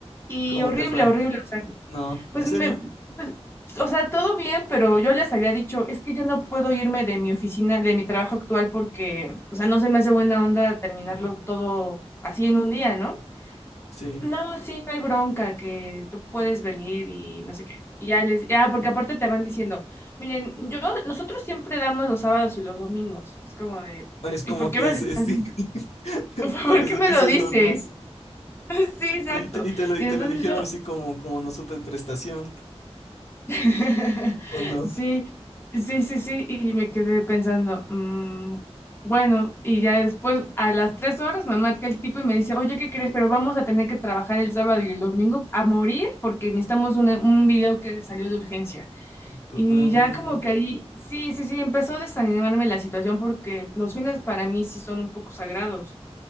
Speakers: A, on the left; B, on the left.
A: y
B: ¿Y cómo
A: horrible,
B: te fue?
A: horrible. O sea,
B: No,
A: pues
B: ¿en
A: me,
B: serio?
A: pues, o sea, todo bien, pero yo les había dicho, es que yo no puedo irme de mi oficina, de mi trabajo actual, porque, o sea, no se me hace buena onda terminarlo
B: Ujú.
A: todo así en un día, ¿no?
B: Sí.
A: No, sí, no hay bronca, que tú puedes venir y no sé qué. Y ya les, ya, porque aparte te van diciendo, miren, yo, nosotros siempre damos los sábados y los domingos. Es como de,
B: Es como
A: ¿y por
B: que
A: qué me
B: es,
A: lo estás
B: es- sí,
A: diciendo?
B: <laughs>
A: <laughs> ¿Por
B: pero eso,
A: qué me
B: eso
A: lo
B: es
A: dices?
B: normal.
A: <laughs> Sí, exacto.
B: Y te, y te lo, y
A: Y
B: te
A: entonces
B: lo dijeron
A: yo,
B: así como, como no supe prestación.
A: <laughs>
B: o no.
A: Sí, sí, sí, sí, y me quedé pensando, mm, bueno, y ya después a las tres horas me marca el tipo y me dice, oye, ¿qué crees? Pero vamos a tener que trabajar el sábado y el domingo a morir porque necesitamos una- un video que salió de urgencia.
B: Tú,
A: Y
B: mm,
A: ya como que ahí, sí, sí, sí, empezó a desanimarme la situación porque los fines para mí sí son un poco sagrados